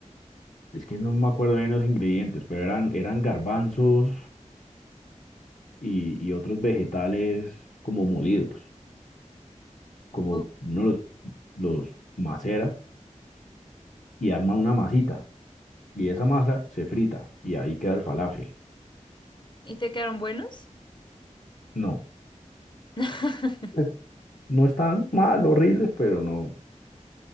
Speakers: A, on the left; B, on the left.
A: Es que no me acuerdo bien los ingredientes, pero eran, eran garbanzos y, y otros vegetales como molidos. Como
B: o-
A: uno los, los macera y arma una masita. Y esa masa se frita y ahí queda el falafel.
B: ¿y te quedaron buenos?
A: No,
B: <laughs>
A: eh, no están mal, horribles, pero no,